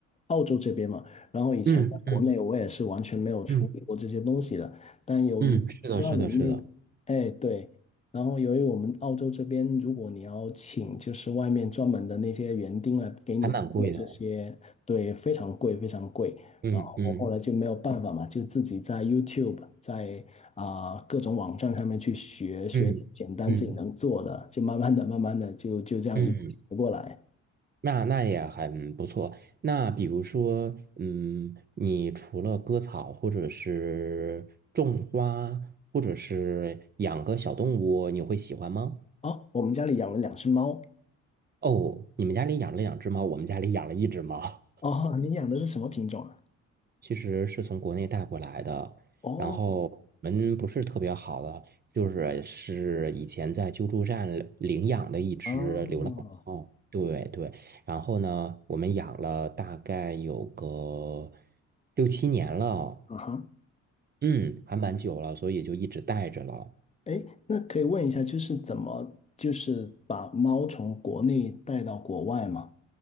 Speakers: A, on the left; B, on the right.
A: 澳洲这边嘛，然后以前在国内我也是完全没有处理过这些东西的。
B: 嗯嗯嗯
A: 但由于不知道你们那，
B: 嗯，是的，是的，是的，
A: 哎对，然后由于我们澳洲这边，如果你要请就是外面专门的那些园丁来给你做这些，
B: 还蛮贵的。
A: 对，非常贵，非常贵。
B: 嗯嗯
A: 然后我后来就没有办法嘛，就自己在 YouTube 在啊、各种网站上面去学学简单自己能做的，
B: 嗯嗯
A: 就慢慢的、慢慢的就就这样一步学过来。
B: 嗯。那那也很不错。那比如说，嗯，你除了割草，或者是种花，或者是养个小动物，你会喜欢吗？
A: 哦，我们家里养了两只猫。
B: 哦，你们家里养了两只猫，我们家里养了一只猫。
A: 哦，<laughs> 你养的是什么品种啊？
B: 其实是从国内带过来的，
A: 哦，
B: 然后我们不是特别好的，就是是以前在救助站领养的一只流浪猫，
A: 哦，
B: 对对，然后呢，我们养了大概有个六七年了，
A: 啊哈，
B: 嗯，还蛮久了，所以就一直带着了。
A: 哎，那可以问一下，就是怎么就是把猫从国内带到国外吗？